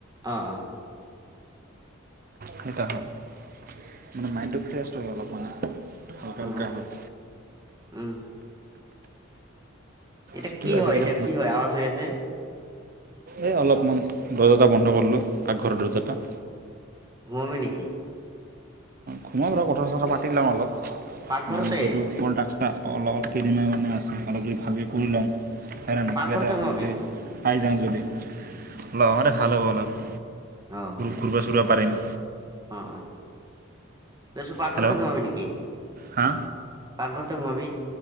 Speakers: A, on the right; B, on the right.
A: অ অ।
B: সেইটা হয়, মানে মাইণ্ডটো ফ্ৰেছ হয় অলপমান হালকা
A: অ
B: হালকা
A: অ,
B: হয়।
A: উম। এতা
B: সেইটোৱে
A: কি
B: আজিকালি
A: হয়? এতিয়া কি হয়? আৱাজ হৈ আছে?
B: এই অলপমান দৰজা এটা বন্ধ কৰিলোঁ, পাকঘৰৰ দৰজা টা।
A: ঘূমাবি নেকি?
B: ঘূমাম ৰ কথা-চথা পাতি লওঁ অলপ।
A: পাকঘৰতে
B: মানে যিহেতু কল ডাক্সটা অল কেইদিনমান কাৰণে আছে অলপ ভাবি কৰি লও হয় না নাই
A: পাকঘৰতে
B: কিবা এটা
A: সোমাবি
B: যদি পাই যাং যদি, লওঁতে ভাল হ'ব অলপ।
A: অ।
B: ঘূৰ্বা চুৰা পাৰিম।
A: অ অ এই চব পাকঘৰতে
B: হেল্ল'
A: ঘূমাবি নেকি?
B: হা
A: পাকঘৰতে ঘূমাবি?